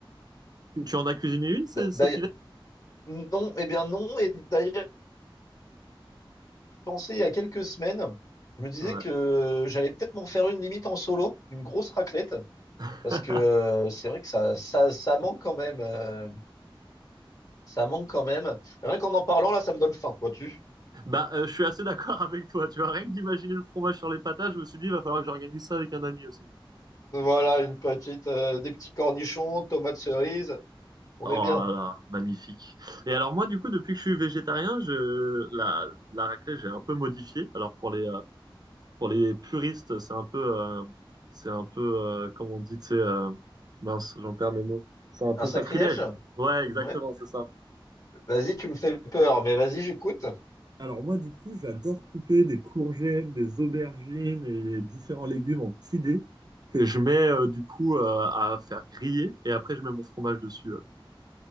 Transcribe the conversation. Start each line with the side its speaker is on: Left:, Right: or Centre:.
Right: Tu, tu en as cuisiné une c-
Left: D'a-
Right: cet
Left: D'ailleurs,
Right: hiver?
Left: non, eh bien non. Et d'ailleurs, pensais il y a quelques semaines, je me disais
Right: Ouais.
Left: que j'allais peut-être m'en faire une limite en solo, une grosse raclette,
Right: <laughs>
Left: parce que euh, c'est vrai que ça, ça, ça manque quand même. euh, ça manque quand même. Et rien qu'en en parlant, là, ça me donne faim, vois-tu?
Right: Bah, euh, je suis assez d'accord avec toi. Tu vois, rien que d'imaginer le fromage sur les patates, je me suis dit, il va falloir que j'organise ça avec un ami aussi.
Left: Voilà, une petite, euh, des petits cornichons, tomates cerises, on
Right: Oh
Left: est bien.
Right: là là, magnifique. Et alors moi, du coup, depuis que je suis végétarien, je la la raclette, j'ai un peu modifié. Alors pour les euh, pour les puristes, c'est un peu euh, c'est un peu euh, comment on dit, tu sais, euh, mince, j'en perds mes mots. C'est un peu
Left: Un sacrilège?
Right: sacrilège. Ouais, exactement,
Left: Ouais.
Right: c'est ça.
Left: Vas-y, tu me fais peur, mais vas-y, j'écoute.
Right: Alors moi, du coup, j'adore couper des courgettes, des aubergines et les différents légumes en petits dés. Que je mets euh, du coup euh, à faire griller et après je mets mon fromage dessus. euh.